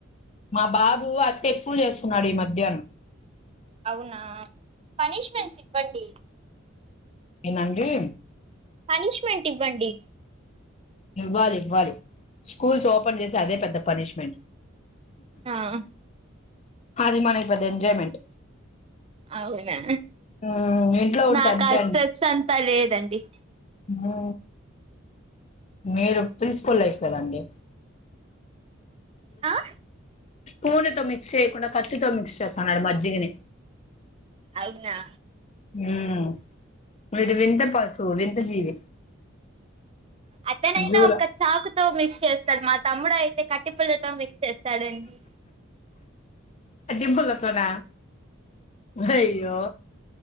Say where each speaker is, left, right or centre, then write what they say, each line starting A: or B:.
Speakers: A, on the left; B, on the right.
A: మా బాబు అతి ఎక్కువ చేస్తున్నాడు ఈ మధ్య
B: అవునా పనిష్మెంట్స్ ఇవ్వండి.
A: నేనండి
B: పనిష్మెంట్ ఇవ్వండి.
A: ఇవ్వాలి ఇవ్వాలి స్కూల్స్ ఓపెన్ చేసే అదే పెద్ద పనిష్మెంట్
B: ఆ
A: అది మన ఇప్పు అది ఎంజాయ్మెంట్
B: అవునా
A: మ్మ్ ఇంట్లో ఉంటే
B: నాకు
A: అంతే
B: ఆ స్ట్రెస్ అంతా లేదండి. ఇ
A: మ్మో మీరు ఒప్పేస్కాలే కదండి.
B: ఆ
A: స్పూన్ తో మిక్స్ చేయకుండా కద కత్తి తో మిక్స్ చేస్తున్నారు మజ్జిగని
B: అవునా
A: ఉమ్మ్ వీడు వింత పశువు వింత్ <unintelligible> జీవి
B: అతనైనా
A: జూల
B: ఒక చాకుతో మిక్స్ చేస్తాడు మొత్ తమ్ముడైత్ అంతే కట్టే పుల్లతో మిక్స్ చేస్తాడండి.
A: అగ్గి బుల్ల తోన అయ్యో